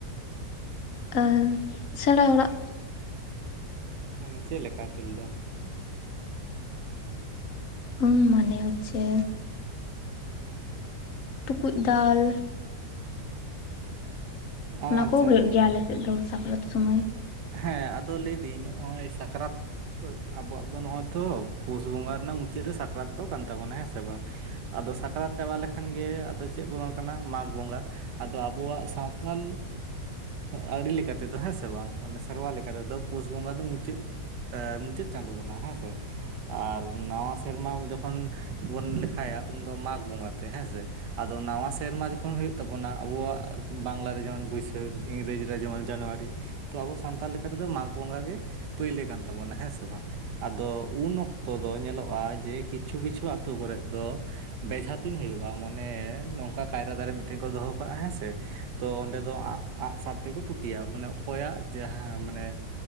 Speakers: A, on the left; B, on the right.
A: ᱟᱸ ᱥᱮᱸᱬᱟ ᱦᱚᱲᱟᱜ ᱾
B: ᱢᱟᱱᱮ ᱪᱮᱜ ᱞᱮᱠᱟ ᱠᱷᱮᱞ ᱫᱚ?
A: ᱩᱸ ᱢᱟᱱᱮ ᱦᱚᱪᱪᱷᱮ ᱴᱩᱠᱩᱡ ᱫᱟᱞ,
B: ᱟᱪᱪᱷᱟ
A: ᱚᱱᱟ
B: ᱟᱪᱪᱷᱟ
A: ᱠᱚ ᱦᱳᱭᱳᱜ
B: ᱟᱪᱪᱷᱟ
A: ᱜᱮᱭᱟ ᱟᱞᱮ ᱥᱮᱫ ᱫᱚ ᱥᱟᱠᱨᱟᱛ ᱥᱩᱢᱟᱹᱭ ᱾
B: ᱦᱮᱸ ᱟᱫᱚ ᱞᱟᱹᱭ ᱫᱤᱧ ᱱᱚᱜ-ᱚᱭ ᱥᱟᱠᱨᱟᱛ ᱛᱚ ᱟᱵᱚᱣᱟᱜ ᱫᱚ ᱱᱚᱜ-ᱚᱭ ᱛᱚ ᱯᱩᱥ ᱵᱚᱸᱜᱟ ᱨᱮᱱᱟᱜ ᱢᱩᱪᱟᱹᱫ ᱨᱮ ᱥᱟᱠᱨᱟᱛ ᱫᱚ ᱠᱟᱱ ᱛᱟᱵᱚᱱᱟ ᱦᱮᱸ ᱥᱮ ᱵᱟᱝ? ᱟᱫᱚ ᱥᱟᱠᱨᱟᱛ ᱪᱟᱵᱟ ᱞᱮᱠᱷᱟᱱ ᱜᱮ ᱟᱫᱚ ᱪᱮᱫ ᱵᱚᱞᱚᱱ ᱠᱟᱱᱟ ᱢᱟᱸᱜᱽ ᱵᱚᱸᱜᱟ ᱟᱫᱚ ᱟᱵᱚᱣᱟᱜ ᱥᱟᱶᱛᱟᱞ ᱟᱹᱨᱤ ᱞᱮᱠᱟ ᱛᱮ ᱫᱚ ᱦᱮᱸ ᱥᱮ ᱵᱟᱝ? ᱢᱟᱱᱮ ᱥᱮᱨᱣᱟ ᱞᱮᱠᱟ ᱛᱮ ᱫᱚ ᱯᱩᱥ ᱵᱚᱸᱜᱟ ᱫᱚ ᱢᱩᱪᱟᱹᱫ ᱮᱸ ᱢᱩᱪᱟᱹᱫ ᱪᱟᱸᱫᱳ ᱠᱟᱱᱟ ᱦᱮᱸ ᱥᱮ ᱾ ᱟᱨ ᱱᱟᱣᱟ ᱥᱮᱨᱢᱟ ᱡᱚᱠᱷᱚᱱ ᱵᱚᱱ ᱞᱮᱠᱷᱟᱭᱟ ᱩᱱᱫᱚ ᱢᱟᱸᱜᱽ ᱵᱚᱸᱜᱟ ᱛᱮ ᱦᱮᱸ ᱥᱮ ᱾ ᱟᱫᱚ ᱱᱟᱣᱟ ᱥᱮᱨᱢᱟ ᱡᱚᱠᱷᱚᱱ ᱦᱩᱭᱩᱜ ᱛᱟᱵᱚᱱᱟ ᱟᱵᱚᱣᱟᱜ ᱵᱟᱝᱞᱟ ᱨᱮ ᱡᱮᱢᱚᱱ ᱵᱟᱹᱭᱥᱟᱹᱠᱷ, ᱤᱝᱨᱮᱡᱤ ᱨᱮ ᱡᱮᱢᱚᱱ ᱡᱟᱱᱣᱟᱨᱤ, ᱛᱚ ᱟᱵᱚ ᱥᱟᱱᱛᱟᱲ ᱞᱮᱠᱟ ᱛᱮ ᱫᱚ ᱢᱟᱸᱜᱽ ᱵᱚᱸᱜᱟ ᱜᱮ ᱯᱟᱹᱭᱞᱟᱹ ᱠᱟᱱ ᱛᱟᱵᱚᱱᱟ ᱦᱮᱸ ᱥᱮ ᱵᱟᱝ? ᱟᱫᱚ ᱩᱱ ᱚᱠᱛᱚ ᱫᱚ ᱧᱮᱞᱚᱜ-ᱟ ᱡᱮ ᱠᱤᱪᱷᱩ ᱠᱤᱪᱷᱩ ᱟᱛᱳ ᱠᱚᱨᱮᱜ ᱫᱚ ᱵᱮᱡᱷᱟ ᱛᱩᱧ ᱦᱩᱭᱩᱜ-ᱟ ᱢᱟᱱᱮ ᱱᱚᱝᱠᱟ ᱠᱟᱭᱨᱟ ᱫᱟᱨᱮ ᱢᱤᱫᱴᱮᱱ ᱠᱚ ᱫᱚᱦᱚᱸ ᱠᱟᱜ-ᱟ ᱦᱮᱸ ᱥᱮ ᱾ ᱛᱚ ᱚᱸᱰᱮ ᱫᱚ ᱟᱸᱜ ᱟᱸᱜ-ᱥᱟᱨ ᱛᱮ ᱠᱚ ᱴᱩᱴᱤᱭᱟ ᱢᱟᱱᱮ ᱚᱠᱚᱭᱟᱜ ᱡᱟᱦᱟᱸ ᱢᱟᱱᱮ